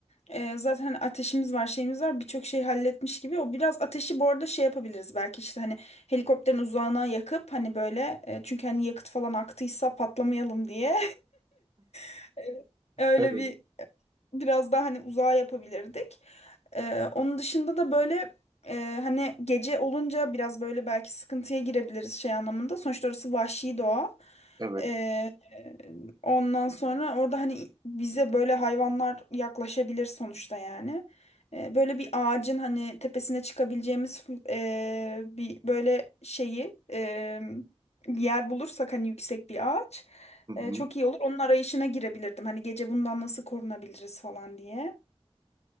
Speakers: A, on the left; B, on the right.
A: e, zaten hani ateşimiz var, şeyimiz var, birçok şey halletmiş gibi. O biraz ateşi bu arada şey yapabiliriz belki işte hani helikopterin uzağına yakıp hani böyle e, çünkü hani yakıt falan aktıysa patlamayalım diye. <laughs> Öyle
B: evet
A: bir biraz daha hani uzağa yapabilirdik. Ee, onun dışında da böyle e, hani gece olunca biraz böyle belki sıkıntıya girebiliriz şey anlamında. Sonuçta orası vahşi doğa.
B: evet.
A: Ee, ondan sonra orada hani bize böyle hayvanlar yaklaşabilir sonuçta yani. Ee, böyle bir ağacın hani tepesine çıkabileceğimiz e, bir böyle şeyi e, bir yer bulursak hani yüksek bir ağaç.
B: Hı hı.
A: E, çok iyi olur. Onun arayışına girebilirdim. Hani gece bundan nasıl korunabiliriz falan diye.